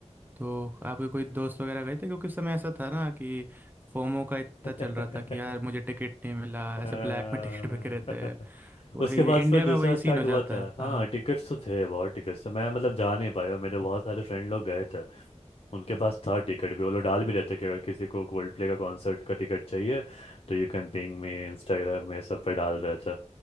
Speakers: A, on the right (about 15°); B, on the left (about 55°).
A: तो आपके कोई दोस्त वगैरह गए थे क्योंकि उस समय ऐसा था ना कि फोमो का इतना
B: <laughs>
A: चल रहा था कि यार मुझे टिकट नहीं मिला
B: <laughs>
A: ऐसे ब्लैक में <laughs> टिकट बिक रहे थे वही
B: उसके बाद
A: है इंडिया
B: फिर दूसरा
A: में वही
B: स्टार्ट
A: सीन हो जाता
B: हुआ था
A: है
B: हाँ
A: हाँ
B: टिकट्स तो थे बहुत टिकट्स तो मैं मतलब जा नहीं पाया मेरे बहुत सारे फ्रेंड लोग गए थे उनके पास था टिकट भी वो लोग डाल भी रहते कि अगर किसी को कोल्ड प्ले का कॉन्सर्ट का टिकट चाहिए तो you can ping me Instagram में सब पे डाल रहे थे